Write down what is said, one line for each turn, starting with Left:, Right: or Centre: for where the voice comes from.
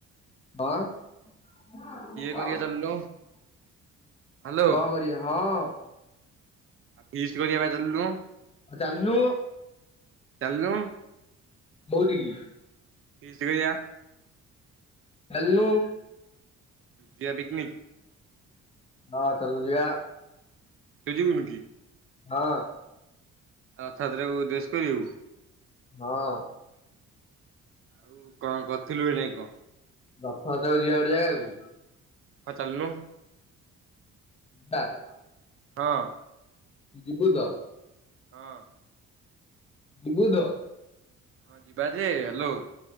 Left: ହଣ,
Right: କରିବା ଚାଲୁନୁ ହ୍ୟାଲୋ
Left: ହଁ କରିବାଆ ହଁ।
Right: ଆଉ ଫିଷ୍ଟ କରିିଆ ପାଇଁ ଚାଲୁନୁ।
Left: ଆ ଚାଲୁନୁ।
Right: ଚାଲୁନୁ
Left: କଉଟିକି,
Right: ଫିଷ୍ଟି କି ଜା
Left: ଚାଲୁନୁ,
Right: ଯିଆ ପିକନିକ।
Left: ହଁ ଚାଲନୁ ଯିବା।
Right: ତୁ ଯିବୁନିକି?
Left: ହଁ,
Right: ରଥଯାତ୍ରା କୁ ଉ ଡ୍ରେସ କରିବୁ।
Left: ହଁ,
Right: ଆଉ କଣ କରିଥିଲୁ ଏ କଣ?
Left: ରଥଯାତ୍ରା ଯିବା ଗୋଟେ ଜାଗାକୁ।
Right: ହ ଚାଲୁନୁ।
Left: ଚାଲ
Right: ହଁ
Left: ଯିବୁ ତ?
Right: ହଁ,
Left: ଯିବୁତ,
Right: ହଁ ଯିବା ଯେ ହ୍ୟାଲୋ,